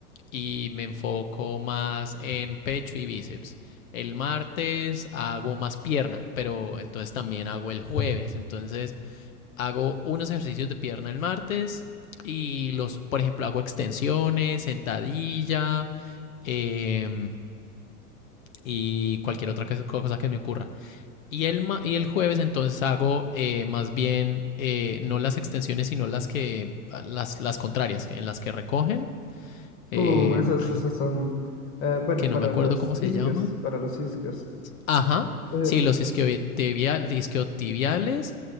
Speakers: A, on the left; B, on the left.
A: y me enfoco más en pecho y bíceps. El martes hago más pierna, pero entonces también hago el jueves. Entonces hago unos ejercicios de pierna el martes y los, por ejemplo, hago extensiones, sentadilla eh, y cualquier otra cosa que me ocurra. Y el, y el jueves entonces hago eh, más bien eh, no las extensiones, sino las que las, las contrarias, en las que recogen.
B: Uh,
A: Eh,
B: esos,
A: ay,
B: esos son, eh, bueno,
A: que
B: para
A: no me acuerdo
B: los
A: cómo se
B: isquios,
A: llama.
B: para los isquios.
A: Ajá.
B: Eh,
A: Sí, los isquiotibial- isquiotibiales.